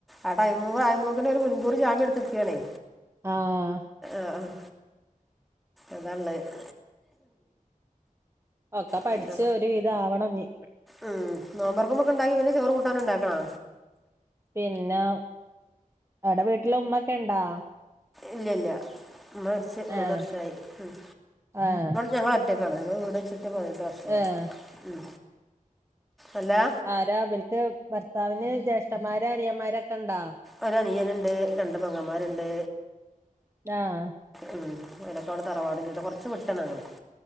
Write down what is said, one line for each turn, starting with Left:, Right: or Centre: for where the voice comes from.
Centre: ആ ടൈം ആകുമ്പോഴ്‌ക്കിനും ഒരു മുൻകൂർ ജമ്യം എടുത്തിരിക്കാണേ
Right: ആഹ്
Centre: ആഹ് അതാള്ളത്
Right: ഒക്കെ പഠിച്ച്
Centre: പിന്നെ
Right: ഒരു വിധം ആവണം ഇനി
Centre: ഉം നോമ്പൊറപ്പ്മ്മെ ഒക്കെ ഉണ്ടാക്കി പിന്നെ ചോറ് കൂട്ടാനും ഇണ്ടാക്കണാ
Right: പിന്നെ അവിടെ വീട്ടില് ഉമ്മക്കെ ഇണ്ടാ
Centre: ഇല്ല ഇല്ല ഉമ്മ മരിച്ച് മൂന്ന്
Right: ഏഹ്
Centre: വർഷായി ഉം
Right: ഏഹ്
Centre: ഞങ്ങള് ഒറ്റക്കാണ് ഞങ്ങൾ വീട് വച്ചിട്ട് പതിനെട്ട് വർഷം വരെ
Right: ഏഹ്
Centre: ഉം അല്ലാ
Right: ആരാ ഇവല്ക്ക് ഭർത്താവിന് ജ്യേഷ്ഠന്മാരും അനിയന്മാരൊക്കെ ഇണ്ടാ
Centre: ഒരു അനിയന്ണ്ട് രണ്ട് പെങ്ങന്മാര്ണ്ട്
Right: ആഹ്
Centre: ഉം ഓലൊക്കെ അവടെ തറവാടിന്റെടുത്ത കുറച്ച് വിട്ടാ ഞങ്ങൾ